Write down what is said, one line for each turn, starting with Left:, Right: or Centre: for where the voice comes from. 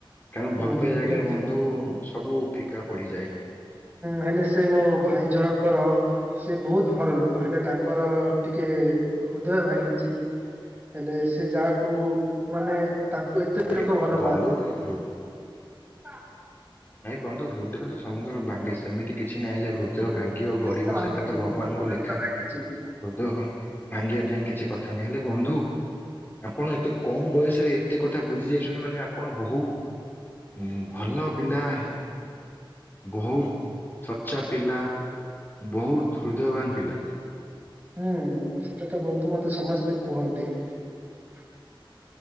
Left: କାରଣ
Right: ହୁଁ
Left: ଭଲ ପାଇବା ଜାଗାରେ
Right: କିନ୍ତୁ
Left: ବନ୍ଧୁ ସବୁ ଫିକା ପଡ଼ିଯାଏ ।
Right: ହେଲେ, ସେ ମୋ ଭାଇ ଜଣଙ୍କର ସେ ବହୁତ ଭଲ ଲୋକ, ହେଲେ ତାଙ୍କର ଟିକେ ହୃଦୟ ଭାଙ୍ଗିଛି। ହେଲେ, ସେ ଯାହାକୁ ମାନେ ତାଙ୍କୁ ଏତେ
Left: ନାଇଁ
Right: ଲୋକ ଭଲ
Left: ବନ୍ଧୁ
Right: ପାଆନ୍ତି ।
Left: ହୃ ନାଇଁ, ବନ୍ଧୁ ହୃଦୟ ସମ ଭାଙ୍ଗେ, ସେମିତି କିଛି ନାହିଁ ଯେ ହୃଦୟ
Right: ମୁଁ
Left: ଭାଙ୍ଗିବ ଗଢିବ
Right: ସେଇଟା ଭାବିଛି,
Left: ସେତଟା ଭଗବାନଙ୍କ ଲେଖା। ହୃଦୟ
Right: ଭାବିଛି।
Left: ଭାଙ୍ଗିଆ ଟା କିଛି କଥା ନାହିଁ, ହେଲେ ବନ୍ଧୁ ଆପଣ ଏତେ କମ ବୟସରେ, ଏତେ କଥା ବୁଝି ଯାଇଛନ୍ତି ମାନେ, ଆପଣ ବହୁତ ଭଲ ପିଲା, ହଁ ବହୁତ ସଚ୍ଚା ପିଲା। ବହୁତ ହୃଦୟବାନ ପିଲା ।
Right: ହୁଁ ସେଇଟା ତ ବନ୍ଧୁ ମତେ ସମସ୍ତେ କୁହନ୍ତି ।